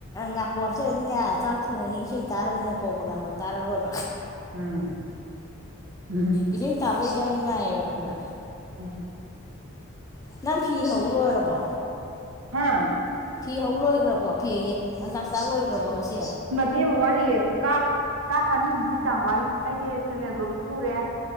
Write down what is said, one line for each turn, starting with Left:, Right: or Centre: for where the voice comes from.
Left: ꯅꯥꯀꯣ ꯍꯥꯞꯆꯔꯗꯤꯅꯦ ꯆꯥꯛ ꯊꯣꯡꯉꯅꯤ ꯏꯁꯩ ꯇꯥꯔꯅꯤꯅꯦ ꯀꯧꯕ ꯂꯥꯡꯕ ꯇꯥꯔꯔꯣꯏꯕ
Right: ꯎꯝ ꯎꯝ <unintelligible>
Left: ꯏꯁꯩ ꯇꯥꯕꯩꯗꯤ ꯌꯥꯝ ꯅꯨꯡꯉꯥꯏꯌꯦꯕ ꯈꯪꯕ꯭ꯔꯥ
Right: ꯎꯝ
Left: ꯅꯪ ꯐꯤ ꯍꯧ ꯂꯣꯏꯔꯕꯣ
Right: ꯍꯥꯥ
Left: ꯐꯤ ꯍꯧ ꯂꯣꯏꯈ꯭ꯔꯕꯣ ꯐꯤ ꯑꯌꯦ ꯂꯪꯆꯥꯛꯆꯥꯛ ꯂꯣꯏꯈ꯭ꯔꯕꯣ ꯉꯁꯦ
Right: ꯇꯦ ꯑꯃ ꯋꯥꯠꯂꯤꯌꯦ ꯀꯥꯞ ꯀꯥꯞ ꯑꯅꯤꯃꯨꯛꯀꯤ ꯆꯥꯡ ꯋꯥꯠꯂꯤ ꯑꯩꯁꯦ ꯁꯦꯜꯐ ꯍꯦꯜꯞ ꯒ꯭ꯔꯨꯞ ꯊꯨꯔꯦ